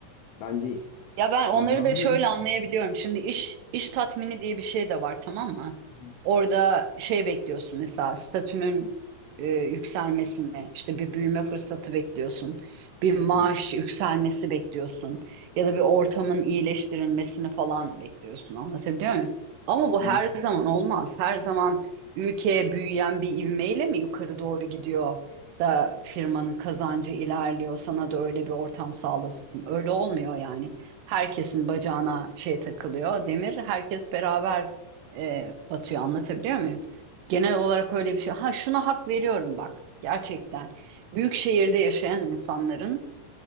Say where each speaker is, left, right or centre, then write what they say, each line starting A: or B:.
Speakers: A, on the left; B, on the right.
A: Bence
B: Ya ben onları
A: anlamlı
B: da şöyle
A: iş.
B: anlayabiliyorum. Şimdi iş iş tatmini diye bir şey de var tamam mı?
A: Hı
B: Orada şey bekliyorsun mesela statünün e, yükselmesini, işte bir büyüme fırsatı bekliyorsun, bir maaş
A: hı,
B: yükselmesi bekliyorsun ya da bir ortamın iyileştirilmesini falan bekliyorsun. Anlatabiliyor muyum? Ama bu
A: hı
B: her
A: hı,
B: zaman olmaz. Her zaman ülke büyüyen bir ivmeyle mi yukarı doğru gidiyor da firmanın kazancı ilerliyor, sana da öyle bir ortam sağlasın. Öyle olmuyor yani. Herkesin bacağına şey takılıyor demir. Herkes beraber e, batıyor. Anlatabiliyor muyum? Genel olarak öyle bir şey. Ha şuna hak veriyorum bak gerçekten. Büyük şehirde yaşayan insanların